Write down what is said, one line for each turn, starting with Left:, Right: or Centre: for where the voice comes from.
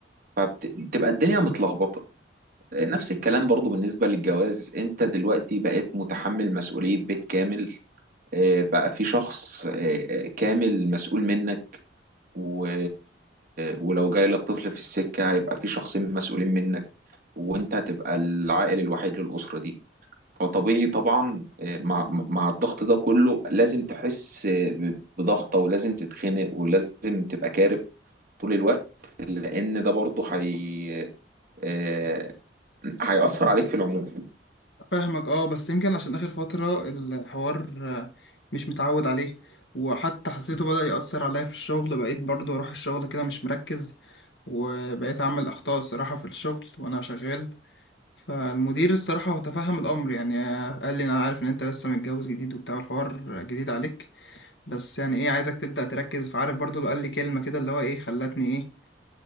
Right: فبتبقى الدنيا متلخبطة آه، نفس الكلام برضو بالنسبة للجواز أنت دلوقتي بقيت متحمل مسؤولية بيت كامل آه، بقى في شخص آه، آه، كامل مسؤول منك و... ولو جاي لك طفل في السكة هيبقى في شخصين مسؤولين منك وانت هتبقى العائل الوحيد للأسرة دي فطبيعي طبعا آه، مع مع الضغط ده كله لازم تحس آه، ب- بضغطة ولازم تتخنق ولازم تبقى كارف طول الوقت لأن ده برضه حي... آه، هيأثر عليك في العموم
Left: فاهمك اه بس يمكن عشان آخر فترة الحوار آه، مش متعود عليه وحتى حسيته بدأ يأثر عليا في الشغل بقيت برضو أروح الشغل كده مش مركز وبقيت أعمل أخطاء الصراحة في الشغل وأنا شغال فالمدير الصراحة هو تفهم الأمر يعني آه، قال لي أنا عارف إن أنت لسه متجوز جديد وبتاع الحوار جديد عليك بس يعني ايه عايزك تبدأ تركز فعارف برضو اللي قال لي كلمة كده اللي هو ايه خلتني ايه